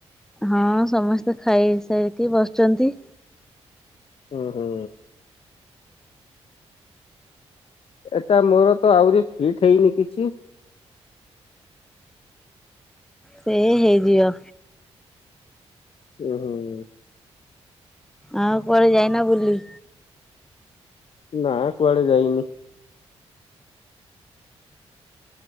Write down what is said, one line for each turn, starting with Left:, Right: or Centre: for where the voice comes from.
Centre: ହଁ ସମସ୍ତେ ଖାଇସାରିକି ବସଚନ୍ତି।
Left: ଓହୋ। ଏଟା ମୋର ତ ଆହୁରି ସିଟ ହେଇନି କିଛି।
Centre: ସେ ହେଇଯିବ।
Left: ଉଁ ହୁଁ।
Centre: ଆଉ କୁଆଡ଼େ ଯାଇନ ବୁଲି?
Left: ନା କୁଆଡେ ଯାଇନି।